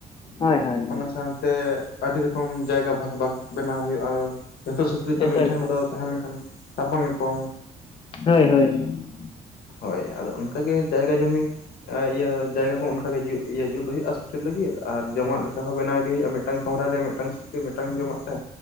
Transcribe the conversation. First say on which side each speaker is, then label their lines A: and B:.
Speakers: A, on the left (about 30°); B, on the left (about 70°).
A: ᱦᱳᱭ ᱦᱳᱭ ᱦᱳᱭ
B: ᱚᱱᱟ ᱥᱟᱶᱛᱮ ᱟᱹᱰᱤ ᱨᱚᱠᱚᱢ ᱡᱟᱭᱜᱟ ᱵᱷᱟᱜᱽ ᱵᱷᱟᱜᱽ ᱵᱮᱱᱟᱣ ᱦᱩᱭᱩᱜᱼᱟ ᱡᱷᱚᱛᱚ ᱥᱩᱠᱨᱤ ᱛᱚ
A: ᱮᱠᱟᱞ
B: ᱢᱤᱫᱴᱷᱮᱱ
A: ᱮᱠᱟᱞ
B: ᱫᱚ ᱛᱟᱦᱮᱸ ᱞᱮᱱᱠᱷᱟᱱ ᱛᱟᱯᱟᱢ ᱟᱠᱚ
A: ᱦᱳᱭ ᱦᱳᱭ ᱦᱳᱭ
B: ᱦᱳᱭ ᱟᱫᱚ ᱚᱱᱠᱟᱜᱮ ᱡᱟᱭᱜᱟ ᱡᱩᱢᱤ ᱤᱭᱟᱹ ᱡᱟᱭᱜᱟ ᱠᱚ ᱚᱱᱠᱟᱜᱮ ᱡᱩᱛ ᱤᱭᱟᱹ ᱡᱩᱛ ᱦᱩᱭᱩᱜᱼᱟ ᱥᱩᱠᱨᱤ ᱞᱟᱹᱜᱤᱫ ᱟᱨ ᱡᱚᱢᱟᱜ ᱞᱮᱠᱟ ᱦᱚᱸ ᱵᱮᱱᱟᱣ ᱤᱫᱤ ᱦᱩᱭᱩᱜᱼᱟ ᱢᱤᱫᱴᱟᱝ ᱠᱷᱟᱢᱨᱟ ᱨᱮ ᱢᱤᱫᱴᱟᱝ ᱥᱩᱠᱨᱤ ᱢᱤᱫᱴᱟᱝ ᱡᱚᱢᱟᱜ ᱛᱮ